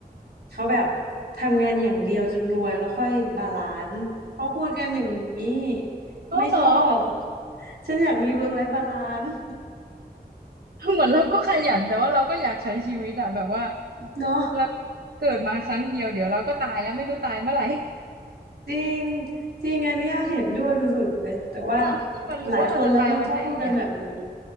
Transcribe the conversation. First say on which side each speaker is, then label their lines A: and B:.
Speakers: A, on the right (about 80°); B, on the right (about 65°).
A: เขาแบบทำงานอย่างเดียวจนรวยแล้วค่อยบาลานซ์เขาพูดกันอย่างนี้
B: เออเหรอ
A: ไม่ชอบฉันอยากมีเวิร์กไลฟ์บาลานซ์
B: เหมือนเราก็ขยันแต่ว่าเราก็อยากใช้ชีวิตอะแบบว่า
A: <laughs> เนาะ
B: เราเกิดมาครั้งเดียวเดี๋ยวเราก็ตายแล้วไม่รู้ตายเมื่อไหร่
A: จริงจริงอันเนี้ยเห็นด้วยสุดๆเลยแต่ว่า
B: <laughs> คือเราไม่มีวันรู้ว่าเราจะตายวันไหนเลยอะ
A: หลายคนแล้วมันชอบพูดกันแบบนี้